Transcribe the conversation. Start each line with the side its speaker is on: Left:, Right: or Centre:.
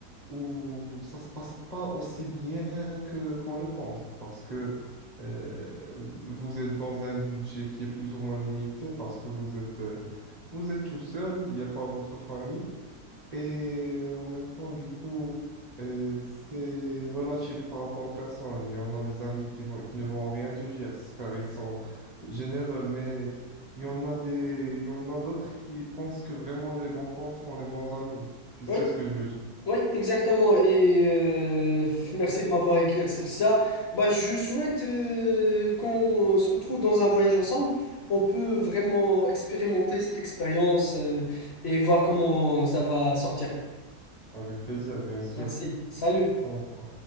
Right: où ça se passe pas aussi bien que qu'on le pense, parce que euh, vous êtes dans un budget qui est plus ou moins limité, parce que vous êtes, euh, vous êtes tout seul, il n'y a pas votre famille. Et en même temps, du coup, euh, c'est relatif par rapport aux personnes. Il y en a des amis qui vont, qui ne vont rien te dire, c'est car ils sont généreux, mais il y en a des, il y en a d'autres qui pensent que vraiment les bons comptes font les bons amis. Tu sais
Left: Oui,
Right: ce que je veux dire?
Left: Oui, exactement. Et euh, merci de m'avoir éclairci sur ça. Bah, je souhaite euh, qu'on se retrouve dans un voyage ensemble. On peut vraiment expérimenter cette expérience euh, et voir comment ça va sortir.
Right: Avec plaisir, bien sûr.
Left: Merci. Salut.
Right: Au revoir.